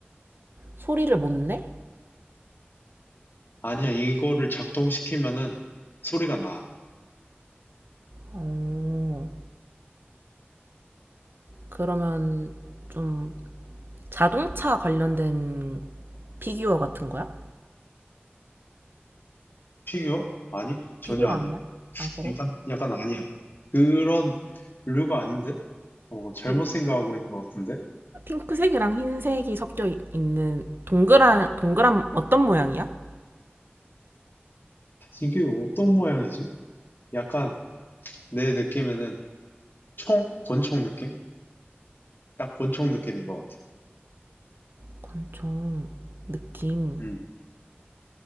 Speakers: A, on the right; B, on the left.
A: 소리를 못 내?
B: 아니야. 이거를 작동시키면은 소리가 나.
A: 어, 그러면 좀 자동차 관련된 피규어 같은 거야?
B: 피규어? 아니, 전혀
A: 피규어
B: 아니야.
A: 아니야? 아, 그래?
B: 약간, 약간 아니야. 그런 류가 아닌데? 어, 잘못
A: 핑-
B: 생각하고 있는 것 같은데?
A: 핑크색이랑 흰색이 섞여 있- 있는 동그란, 동그란 어떤 모양이야?
B: 이게 어떤 모양이지? 약간 내 느낌에는 총? 권총 느낌? 딱 권총 느낌인 것 같아.
A: 권총 느낌.
B: 음.